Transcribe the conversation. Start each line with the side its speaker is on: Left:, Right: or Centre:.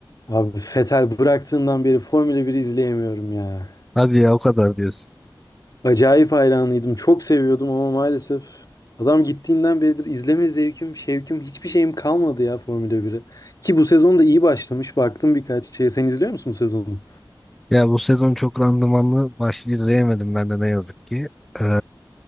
Left: Abi Vettel bıraktığından beri Formula 1 izleyemiyorum ya.
Centre: Hadi ya o kadar diyorsun.
Left: Acayip hayranıydım. Çok seviyordum ama maalesef adam gittiğinden beridir izleme zevkim, şevkim, hiçbir şeyim kalmadı ya Formula 1'e. Ki bu sezon da iyi başlamış. Baktım birkaç şeye. Sen izliyor musun bu sezonu?
Centre: Ya bu sezon çok randımanlı maç izleyemedim ben de ne yazık ki. Ee,